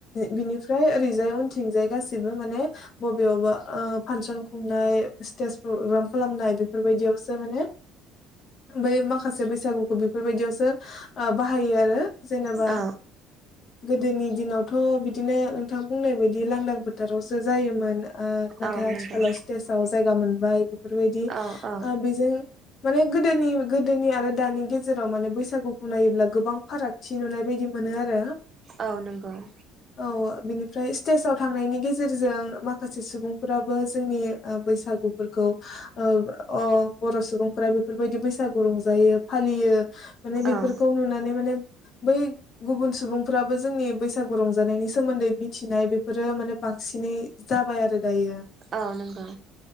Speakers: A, on the left; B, on the right.
A: बिनिफ्राय ओरैजाय उनथिंजाय गासिबो माने बबेयावबा ओ फांसन खुंनाय <unintelligible> <unintelligible> खालामनाय बेफोरबायदियावसो माने बै माखासे बैसागुखौ बि बेफोरबायदियावसो बाहायो आरो। जेनेबा
B: औ
A: गोदोनि दिनाव थ' बिदिनो नोंथां बुंनाय बायदि बि लांदां फोथारावसो जायोमोन ओ नाथाय
B: औ
A: आथिखालाव
B: नंगौ
A: स्तेजाव जायगा मोन जाय बेफोरबायदि
B: औ औ
A: आ बेजों माने गोदोनि गोदोनि आरो दानि गेजेराव माने बैसागुखौ नायोब्ला गोबां फारागथि नुनाय बायदि मोनो आरो।
B: औ नंगौ उम।
A: औ बिनिफ्राय स्टेजाव थांनायनि गेजेरजों माखासे सुबुंफोराबो जोंनि ओ बैसागु फोरखौ ओ अ बर' सुबुंफोरा बेफोरबायदि बैसागु रंजायो फालियो माने बेफोरखौ
B: औ
A: नुनानै माने बै गुबुन सुबुं फ्राबो जोंनि बैसागु रंजानायनि सोमोन्दै मिथिनाय बेफोरो माने बांसिनै जाबाय आरो दायो
B: औ नंगौ।